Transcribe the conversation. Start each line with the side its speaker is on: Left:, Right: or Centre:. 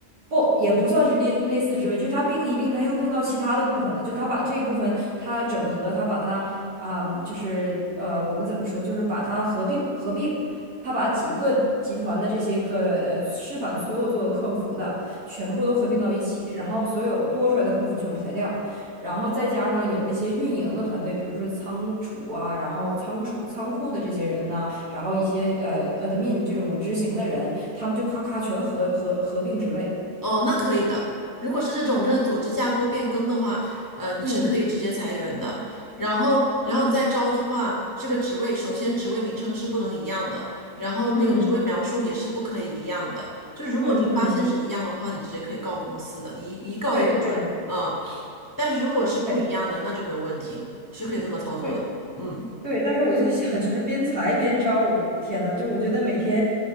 Right: 不也不算是类类似职位，就他并一并，他又并到其他的部分了。就他把这一部分他整合，他把它啊、就是呃，我们怎么说，就是把它合并合并，他把几个集团的这些个呃，示范所有做客服的全部都合并到一起，然后所有多出来的客服全部裁掉，然后再加上有那些运营的团队，比如说仓储啊，然后仓储仓库的这些人呢。然后一些呃 admin 这种执行的人，他们就夸夸全合合合并职位。
Left: 哦，那可以的。如果是这种就是组织架构变更的话，呃，你是可以直接裁员的。
Right: 嗯
Left: 然后，然后你再招的话，这个职位首先职位名称是不能一样的，然后那个职位描述也是不可以一样的。
Right: 嗯
Left: 就是如果你发现是一样的话，
Right: 嗯嗯，
Left: 你直接可以告公司的，你一一告一个准，
Right: 对对
Left: 嗯。但是如果是不一样的，
Right: 对
Left: 那就没有问题，是可以这么操作的，
Right: 对
Left: 嗯。
Right: 对，但是我就想，就是边裁边招，我天呐，就我觉得每天